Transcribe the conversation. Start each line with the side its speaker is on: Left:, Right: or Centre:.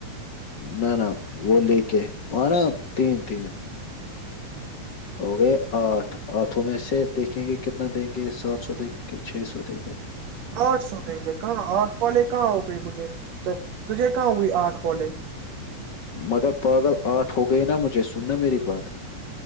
Left: نہ نہ وہ لے کے وہ نا تین تین ہو گئے آٹھ آٹھوں میں سے دیکھیں گے کتنا دیں گے سات سو دیں گے چھ سو دیں گے
Right: آرٹس ہو دیں گے کہاں آرٹس کالج کہاں ہو گئی مجھے تو تجھے کہاں ہوئی آرٹھ کالج
Left: مگر پاگل آٹھ ہو گئی نا مجھے سننا میری بات